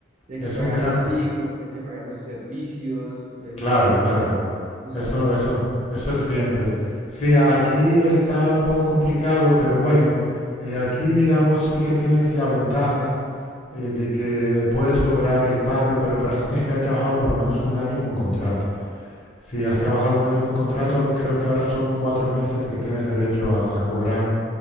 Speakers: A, on the right; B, on the left.
A: Y hay
B: es
A: que pagar
B: un gran...
A: los
B: pro-
A: hijos, hay que pagar los servicios, eh,
B: Claro,
A: bueno,
B: claro.
A: tú sabes.
B: Eso, eso, eso es siempre. Sí, a- aquí está un poco complicado, pero bueno, eh, aquí digamos sí que tienes la ventaja eh, de que puedes cobrar el paro, pero para eso tienes que haber trabajado por lo menos un año con contrato. Si has trabajado un año con contrato, creo que ahora son cuatro meses que tienes derecho a, a cobrar